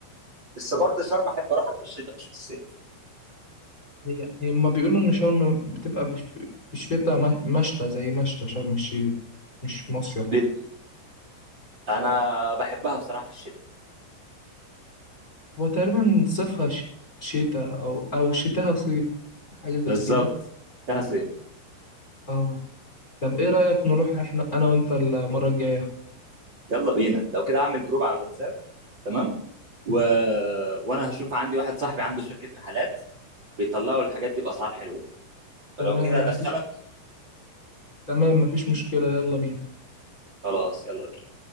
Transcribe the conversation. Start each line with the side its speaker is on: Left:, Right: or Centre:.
Right: بس برضه شرم احب اروحها في الشتاء مش في الصيف
Left: هي هما بيقولوا إن شرم بتبقى بش- في الشتاء مش- مشتى زي مشتى شرم الشيخ دي، مش مصيف
Right: ليه؟ انا بحبها بصراحه في الشتاء
Left: هو تقريبا صيفها ش- شتاء أو أو شتاها صيف حاجة زي
Right: بالظبط
Left: كده
Right: ده صيف
Left: آه طب إيه رأيك نروح إحنا أنا وأنت المرة الجاية؟
Right: يلا بينا لو كده اعمل جروب على الواتساب تمام و... وانا هشوف عندي واحد صاحبي عنده شركه رحلات بيطلعوا الحاجات دي باسعار حلوه
Left: تمام
Right: فلو كده
Left: مفيش
Right: ادخلك
Left: تمام مفيش مشكلة يلا بينا
Right: خلاص يلا بينا